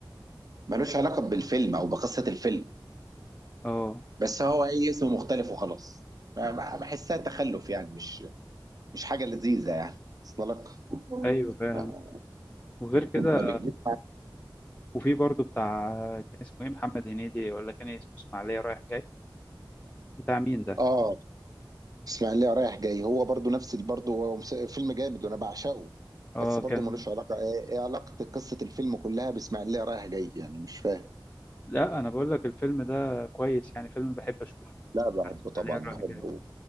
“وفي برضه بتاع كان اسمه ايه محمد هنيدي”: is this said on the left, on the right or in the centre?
Left